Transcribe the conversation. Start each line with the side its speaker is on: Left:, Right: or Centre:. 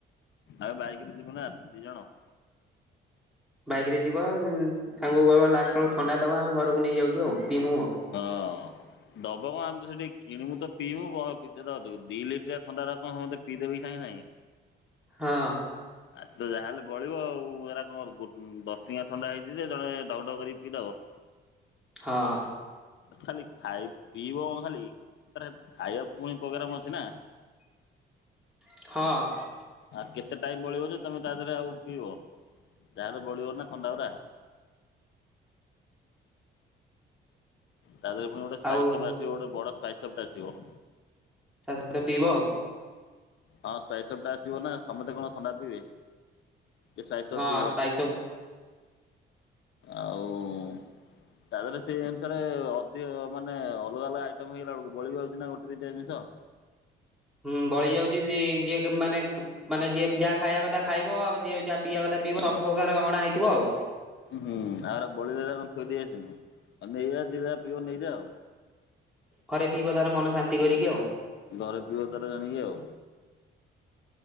Left: ଆଉ ବାଇକରେ ଯିବୁ ନା ଦି ଜଣ।
Centre: ବାଇକ ରେ ଯିବ ସାଙ୍ଗକୁ କହିବା ଲାଷ୍ଟ ବେଳକୁ ଥଣ୍ଡା ଦବା ଆମେ ଘରକୁ ନେଇ ଯାଉଛୁ ଆଉ ପିଇମୁ ଆଉ।
Left: ହଁ। ଦବ କଣ ଆମେ ତ ସେଠି କିଣିବୁ ତ ପିଇବୁ ବ ଦି ଲିଟରିଆ ଥଣ୍ଡାଟା କଣ ପିଇ ଦେବେକି ସାଙ୍ଗେ ସାଙ୍ଗେ।
Centre: ହଁ।
Left: ଆସ ତ ଯାହାହେଲେ ବଳିବ ଆଉ ଏରା କଣ ଗୋ ଦଶ ଟଙ୍କିଆ ଥଣ୍ଡା ହେଇଛି ଯେ ଜଣେ ଡକ ଢଗ କରିକି ପିଇଦବ। <inaudible>
Centre: ହଁ।
Left: ଖାଲି ଖାଇ ପିଇବ କଣ ଖାଲି ଆରେ ଖାଇବାକୁ ପୁଣି ପ୍ରୋଗ୍ରାମ ଅଛି ନା।
Centre: ହଁ।
Left: ଆଉ କେତେ ଟାଇମ ବଳିବ ଯେ ତମେ ତା ଦେହରେ ଆଉ ପିଇବ ଯାରେ ବଳିବ ନା ଥଣ୍ଡା ଗୁରା। ତା ଦେହରେ ପୁଣି ଗୋଟ ସ୍ପାଇସ୍
Centre: ଆଉ
Left: ସବ୍ ଆସିବ ଗୋଟେ ବଡ ସ୍ପାଇ ସବ୍ ଆସିବ।
Centre: ତା ସହିତ ପିଇବ ଆଉ।
Left: ହଁ ସ୍ପାଇସ୍ ସବ୍ ଟା ଆସିବ ନା ସମସ୍ତେ କଣ ଥଣ୍ଡା ପିଇବେ। କିଏ ସ୍ପାଇ ସବ୍
Centre: ହଁ
Left: ପିବ
Centre: ସ୍ପାଇସ ଅଫ୍
Left: ଆଉ ତା ଦେହରେ ସେଇ ଅନୁସାରେ ଅଧିକ ମାନେ ଅଲଗା ଅଲଗା ଆଇଟମ ହେଇଗଲା ବେଳକୁ ବଳିିବା ଯାଉଛି ନା ଗୋଟେ ଦିଟା ଜିନିଷ।
Centre: ହୁଁ ବଳି ଯାଉଚି ଗିଏ କେ ମାନେ ମାନେ ଯିଏକ୍ ଯାହା ଖାଇବା କଥା ଖାଇବ ଯିଏ ଯାହା ପିଇବା କଥା ପିଇବ ସବୁ ପ୍ରକାର ଅଣା ହେଇଥିବ ଆଉ।
Left: ହୁଁ ଆଉ ବଳିଲାରା କଣ ଥୋଇ ଦେଇ ଆସିମୁ ଆଉ ନେଇଯା ଯିଏ ଯା ପିଇବା ନେଇଯା ଆଉ।
Centre: ଖରେ ପିଇବ ତାର ମନ ଶାନ୍ତି କରିକି ଆଉ।
Left: ଘରେ ପିଇବ ତାର ଜାଣିକି ଆଉ।